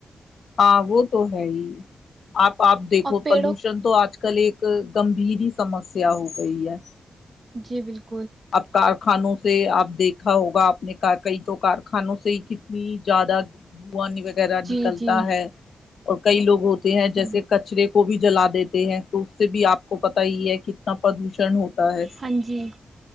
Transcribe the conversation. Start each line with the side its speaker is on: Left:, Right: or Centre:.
Left: ہاں وہ تو ہے ہی آپ آپ دیکھو
Right: اور پیڑوں
Left: پلوشن تو آج کل کل ایک گمبھیر ہی سمسیا ہو گئی ہے
Right: جی بالکل
Left: ابطار خانوں سے آپ دیکھا ہوگا آپ نے کئی تو کارخانوں سے ہی کتنی زیادہ د انی وغیرہ
Right: جی
Left: نکلتا
Right: جی
Left: ہے اور کئی لوگ ہوتے ہیں
Right: جی
Left: جیسے کچرے کو کو بھی جلا دیتے ہیں تو اس سے بھی آپ کو پتا ہی ہے کہ اتنا پردوشن ہوتا ہے
Right: ہاں جی